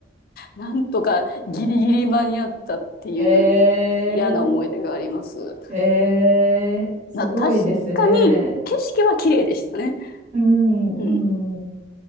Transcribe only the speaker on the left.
なんとかギリギリ間に合ったっていう
嫌な思い出があります。
な、確かに景色は綺麗でしたね。
うん。